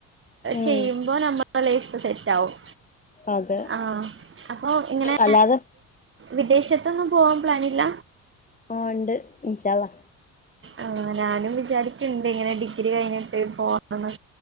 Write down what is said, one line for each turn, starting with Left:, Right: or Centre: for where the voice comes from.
Left: ഉം
Right: ചെയ്യുമ്പോ നമ്മൾ ലൈഫ് സെറ്റ് ആകും
Left: അതെ
Right: ആഹ് അപ്പ ഇങ്ങനെ
Left: അല്ലാതെ
Right: വിദേശത്തൊന്നും പോവാൻ പ്ലാനില്ല
Left: ആഹ് ഉണ്ട് ഇൻഷാ അള്ളാ!
Right: ആഹ് ഞാനും വിചാരിക്ണ്ടേ ഇങ്ങനെ ഡിഗ്രി കഴിഞ്ഞിട്ട് പോണന്ന്